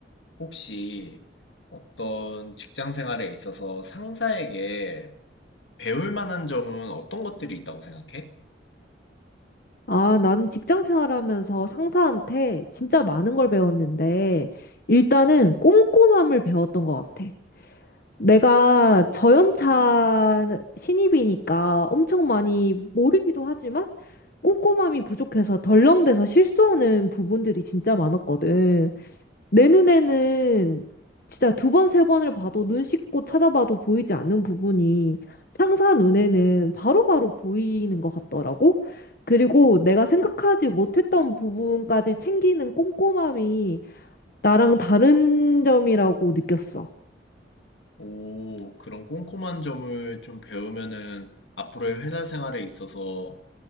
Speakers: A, on the left; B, on the left.
A: 혹시 어떤 직장 생활에 있어서 상사에게 배울 만한 점은 어떤 것들이 있다고 생각해?
B: 아, 난 직장 생활하면서 상사한테 진짜 많은 걸 배웠는데 일단은 꼼꼼함을 배웠던 것 같아. 내가
A: 음.
B: 저연차 신입이니까 엄청 많이 모르기도 하지만 꼼꼼함이 부족해서 덜렁대서 실수하는 부분들이 진짜 많았거든. 내 눈에는 진짜 두 번, 세 번을 봐도 눈 씻고 찾아봐도 보이지 않은 부분이 상사 눈에는 바로바로 보이는 것 같더라고. 그리고 내가 생각하지 못했던 부분까지 챙기는 꼼꼼함이 나랑 다른 점이라고 느꼈어.
A: 오, 그런 꼼꼼한 점을 좀 배우면은 앞으로의 회사 생활에 있어서